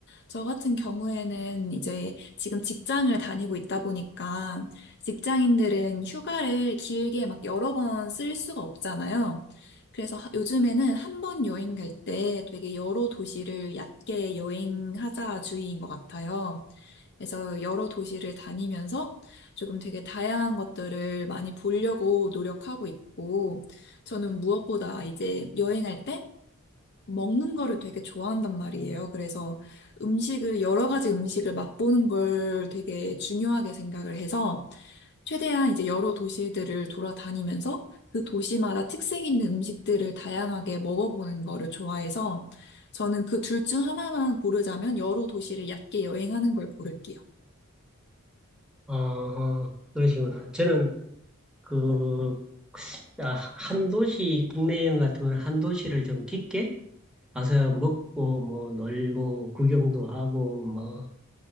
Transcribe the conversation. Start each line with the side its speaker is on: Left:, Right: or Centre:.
Left: 저 같은 경우에는 이제 지금 직장을 다니고 있다 보니까 직장인들은 휴가를 길게 막 여러 번 쓸 수가 없잖아요. 그래서 하- 요즘에는 한 번 여행 갈 때 되게 여러 도시를 얕게 여행하자 주의인 것 같아요. 그래서 여러 도시를 다니면서 조금 되게 다양한 것들을 많이 보려고 노력하고 있고, 저는 무엇보다 이제 여행할 때 먹는 거를 되게 좋아한단 말이에요. 그래서 음식을, 여러 가지 음식을 맛보는 걸 되게 중요하게 생각을 해서 최대한 이제 여러 도시들을 돌아다니면서 그 도시마다 특색 있는 음식들을 다양하게 먹어보는 거를 좋아해서 저는 그 둘 중 하나만 고르자면 여러 도시를 얕게 여행하는 걸 고를게요.
Centre: 어, 그러시구나. 저는 그, 아, 한 도시, 국내 여행 같으면 한 도시를 좀 깊게 가서 먹고, 뭐, 놀고, 구경도 하고, 뭐,